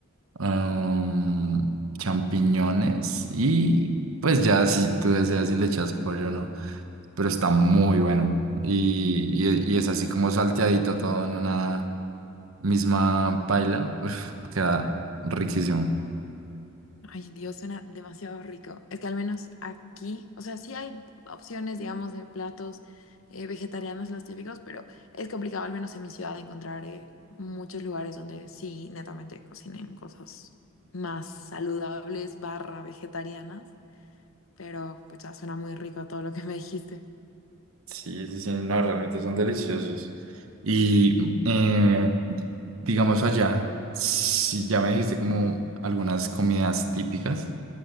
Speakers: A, on the right; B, on the left.
A: am, champiñones y pues ya si tú deseas y le echas pollo no, pero está muy bueno y, y- y es así como salteadito todo en una misma paila, Uf, queda riquísimo.
B: Ay, Dios, suena demasiado rico. Es que al menos aquí, o sea, sí hay opciones, digamos, de platos eh, vegetarianos, los típicos, pero es complicado, al menos en mi ciudad, encontrar eh, muchos lugares donde sí, netamente cocinen cosas más saludables, barra vegetarianas. Pero pues ya suena muy rico todo lo que me dijiste.
A: Sí, sí, sí, no, realmente son deliciosos. Y eh, digamos allá, si ya me dijiste como algunas comidas típicas.